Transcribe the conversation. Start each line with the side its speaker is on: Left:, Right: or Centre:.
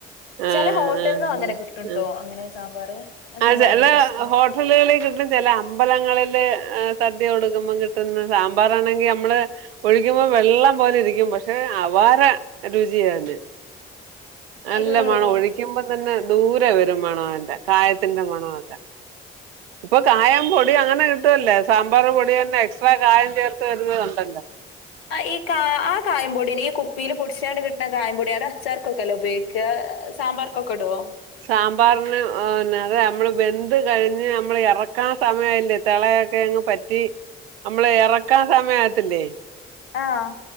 Right: ആഹ്
Left: ചെല ഹോട്ടൽന്നും
Right: അഹ്
Left: അങ്ങനെ കിട്ടുംട്ടോ
Right: അഹ് അഹ്
Left: അങ്ങനെ സാമ്പാറ് അതെനിക്ക്
Right: അജ്അല്ല
Left: ഭയങ്കര ഇഷ്ടാ
Right: ഹോട്ടല്കളി <unintelligible> ചെല അമ്പലങ്ങളില് സദ്യ കൊടുക്കുമ്പം കിട്ടുന്ന സാമ്പാറാണെങ്കിൽ മ്മള് ഒഴിക്കുമ്പോം വെള്ളം പോലിരിക്കും പക്ഷെ അവ പാര രുചിയായ്ന്ന് നല്ല
Left: ഏഹ്
Right: മണം ഒഴിക്കുമ്പം തന്നെ ദൂരെ വരും മണന്റെ കായത്തിന്റെ മണൊക്കെ ഇപ്പൊ കായം പൊടിയങ്ങനെ കിട്ടുവല്ലേ സാമ്പാർ പൊടിയന്നെ എക്സ്ട്രാ കായം ചേർത്ത് വരുന്നുന്നത്ണ്ടല്ലോ
Left: ആഹ് ഈ കാ ആ കായം പൊടിന്നെ ഈ കുപ്പിൽ പൊടിച്ചാണ്ട് കിട്ന്ന കായം പൊടി അത് അച്ചാർക്കൊക്കെ അല്ലോ ഉപെയ്ക്ക സാമ്പാർകൊക്കടുവോ
Right: സാമ്പാറിന് ന്നെ അതെ നമ്മള് ബെന്ത് കഴിഞ്ഞ് നമ്മള് എറക്കാൻ സമയായില്ലേ തെളെ ളെക്കെങ് പറ്റി നമ്മളെറക്കാൻ സമയത്തില്ലേ
Left: ആഹ്